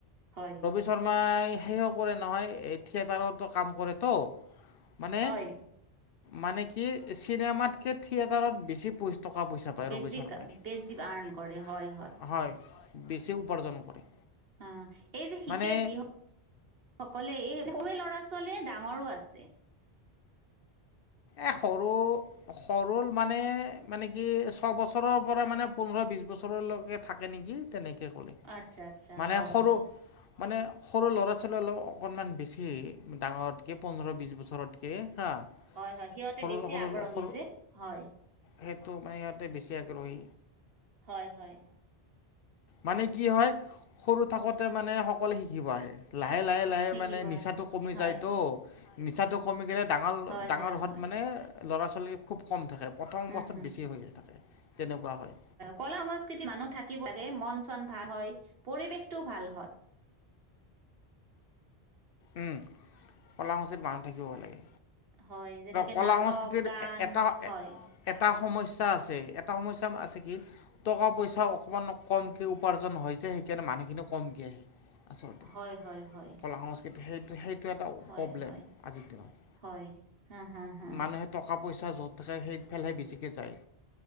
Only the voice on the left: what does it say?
ৰবি শৰ্মাই সে কৰে নহয় থিয়েটাৰত কাম কৰেতো মানে
মানে কি চিনেমাতকে থিয়েটাৰত বেছি প টকা পইচা পায়
ৰবি শৰ্মাই
হয় বেছি উপাৰ্জন কৰে।
মানে
এ সৰু সৰুৰ মানে, মানে কি ছবছৰৰ পৰা মানে পোন্ধৰ বিছ বছৰলৈকে থাকে নেকি? তেনেকে ক'লে,
মানে
সৰু
মানে সৰু ল'ৰা-ছোৱালী অলপ অকণমান বেছি, ডাঙৰতকৈ পোন্ধৰ বিছ বছৰতকৈ হা।
সৰু
সৰু
সৰু
সেইটো হ'ব পাৰে, সিহঁতে বেছি আগ্ৰহী।
মানে কি হয়, সৰু থাকোঁতে মানে সকলোৱে শিকিব আহে। লাহে লাহে লাহে
মানে নিচাটো
কমি
যায়তো। নিচাটো কমি গ'লে ডাঙৰ,
ডাঙৰ
হোৱাত
মানে ল'ৰা ছোৱালী খুব খং থাকে, প্ৰথম
অৱস্থাত
বেছি হৈ থাকে তেনেকুৱা হয়।
উম্, কলাসূচীত মানুহ থাকিব লাগে।
কলা-সংস্কৃতিৰ
এটা
এটা সমস্যা আছে, এটা সমস্যা আছে কি? টকা-পইচা অকণমান কমকৈ উপাৰ্জন হয় যে, সেইকাৰণে মানুহখিনিও কমকৈ আহে। আচলতে,
কলা-সংস্কৃতিৰ সেইটো সেইটো এটা
প্ৰব্লেম
আজিৰ দিনত।
মানুহে টকা-পইচা য'ত থাকে, সেইফালেহে বেছিকৈ যায়।